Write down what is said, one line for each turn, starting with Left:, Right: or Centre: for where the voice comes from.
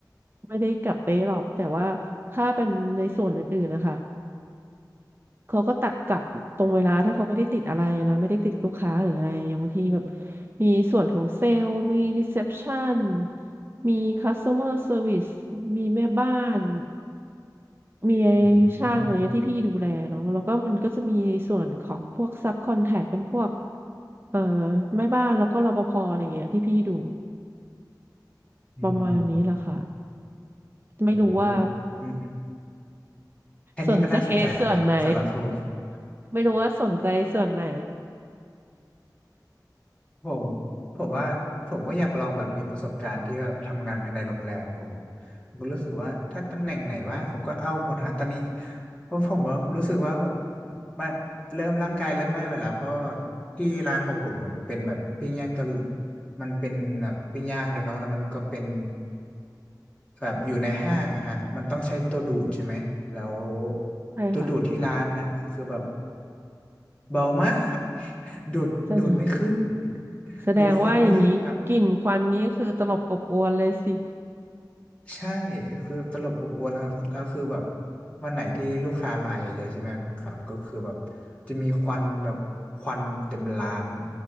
Right: ไม่ได้กลับเป๊ะหรอกแต่ว่าถ้าเป็นในส่วนอื่นๆนะคะเขาก็ตัดกลับตรงเวลาถ้าเขาไม่ได้ติดอะไรนะไม่ได้ติดลูกค้าหรืออะไรอย่างบางทีแบบมีส่วนของเซลล์มีรีเซพชันมี customer service มีแม่บ้านมี
Left: อื
Right: ช่างอะไรเงี้ยที่พี่ดูแลเนาะแล้วก็มันก็จะมีส่วนของพวกซับคอนแทคเป็นพวก
Left: ม
Right: เอ่อแม่บ้านแล้วก็รปภอะไรเงี้ยที่พี่ดู
Left: อืม
Right: ประมาณนี้แหละค่ะไม่รู้ว่า
Left: โหอืมแค่นี้ก็น่าสนใจแล้วค่ะสำหรับผม
Right: สนใจ <laughs> ส่วนไหน <laughs> ไม่รู้ว่าสนใจส่วนไหน
Left: ผมผมว่าผมก็อยากลองแบบมีประสบการณ์ที่แบบทำงานภายในโรงแรมผมผมก็รู้สึกว่าถ้าตำแหน่งไหนว่างผมก็เอาหมดฮะตอนนี้เพราะผมว่ารู้สึกว่าแบบมาเริ่มร่างกายเริ่มไม่ไหวแล้วเพราะที่ร้านของผมมันเป็นแบบปิ้งย่างเกาหลีมันเป็นแบบปิ้งย่างด้วยเนาะแล้วมันก็เป็นแบบอยู่ในห้างอะฮะมันต้องใช้ตัวดูดใช่ไหมแล้ว
Right: ใช่ค่ะ
Left: ตัวดูดที่ร้านอ่ะคือแบบ เบามากดูดดูดไม่ขึ้น
Right: <laughs> แสแสดงว่าอย่างนี้กลิ่นควันนี้คือตลบอบอวนเลยสิ
Left: ดูดควันไม่ขึ้นครับใช่คือตลบอบอวนแลวครับแล้วคือแบบวันไหนที่ลูกค้ามาเยอะๆใช่ไหมครับก็คือแบบจะมีควันแบบควันเต็มร้าน